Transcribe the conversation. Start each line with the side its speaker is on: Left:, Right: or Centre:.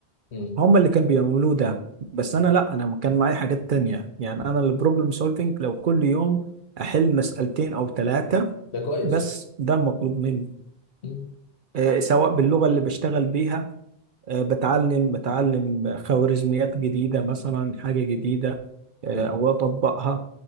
Left: م.
Right: هم اللي كانوا بيعملوه ده بس انا لا انا كان معايا حاجات تانية يعني انا البروبلم سولفينج لو كل يوم احل مسألتين او ثلاثة
Left: ده كويس
Right: بس ده المطلوب مني
Left: م.
Right: آه، سواء باللغة اللي بشتغل بيها آه، بتعلم بتعلم خوارزميات جديدة مثلا حاجة جديدة آه،
Left: م.
Right: او اطبقها